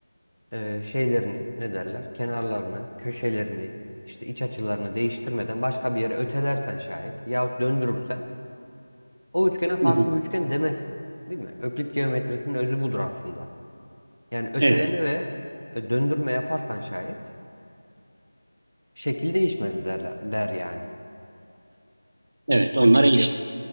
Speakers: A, on the left; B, on the right.
A: e, şeylerini ne derler? Kenarlarını, köşelerini, işte iç açılarını değiştirmeden başka bir yere ötelersen şayet yahut döndürürsen o üçgene farklı
B: Hı hı.
A: bir üçgen demezsin. Değil mi? Öklit geometrisinin özü budur aslında. Yani öteleme
B: Evet.
A: ve e, döndürme yaparsan şayet şekil değişmez derler, der yani.
B: Evet.
A: E,
B: Onlar
A: Öklit,
B: eşit.
A: ge-